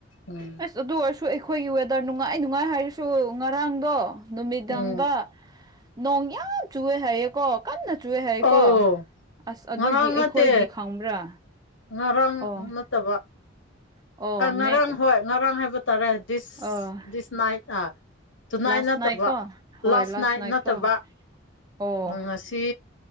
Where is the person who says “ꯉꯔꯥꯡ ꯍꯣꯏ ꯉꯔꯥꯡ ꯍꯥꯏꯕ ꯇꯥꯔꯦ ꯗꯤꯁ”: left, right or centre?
Left